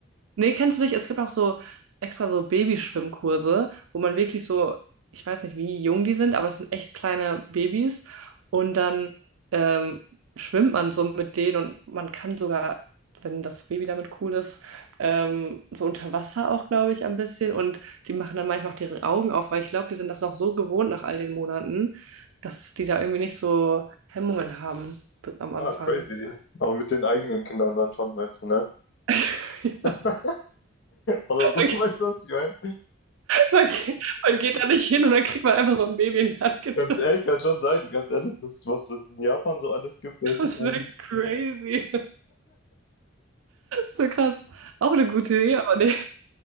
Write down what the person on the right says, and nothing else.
Nee, kennst du nicht? Es gibt auch so extra so Babyschwimmkurse, wo man wirklich so, ich weiß nicht, wie jung die sind, aber es sind echt kleine Babys. Und dann ähm, schwimmt man so mit denen und man kann sogar, wenn das Baby damit cool ist, ähm, so unter Wasser auch, glaube ich, ein bisschen. Und die machen dann manchmal auch deren Augen auf, weil ich glaube, die sind das noch so gewohnt nach all den Monaten, dass die da irgendwie nicht so Hemmungen haben am
Anfang.
<laughs>
Ja,
Man geht, man geht da nicht hin und dann kriegt man einfach so ein Baby in die Hand gedrückt.
Das
wäre crazy. So krass. Auch eine gute Idee, aber nee,